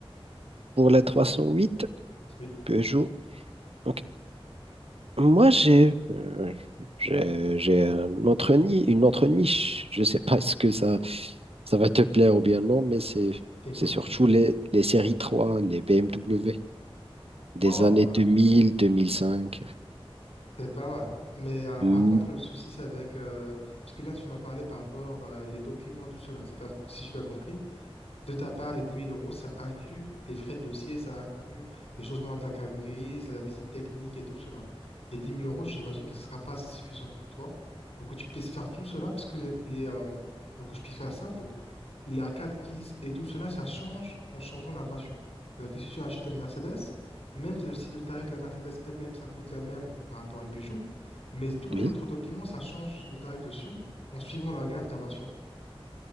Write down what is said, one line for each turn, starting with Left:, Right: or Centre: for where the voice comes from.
Right: Pour la 308
Left: Oui.
Right: Peugeot. ok. Moi, j'ai euh, j'ai j'ai un autre nid, une autre niche. Je ne sais pas est-ce que ça, ça va te plaire ou bien non, mais c'est
Left: Piment.
Right: c'est surtout les, les séries 3 les BMW des
Left: Oh,
Right: années
Left: bah,
Right: 2000, 2005.
Left: c'est pas mal. Mais euh, par
Right: Mm.
Left: contre, le souci, c'est avec... euh, parce que là, tu m'as parlé par rapport euh, les documents et tout cela. C'est-à-dire, si j'ai bien compris, de ta part, les 10 000 euros, ça inclut les frais de dossier, ça inclut le changement de la carte grise, la visite technique et tout cela. Les 10 000 euros, j'imagine que ce ne sera pas assez suffisant pour toi pour que tu puisses faire tout cela, parce que les, les, euh, pour que je puisse faire simple, la carte grise et tout cela, ça change en changeant la voiture. C'est-à-dire que si tu achètes une Mercedes, même si le, si le tarif de la Mercedes elle-même, ça coûte la même par rapport à une Peugeot, mais tous
Right: Oui,
Left: les autres documents, ça change le tarif dessus en suivant la gamme de la voiture.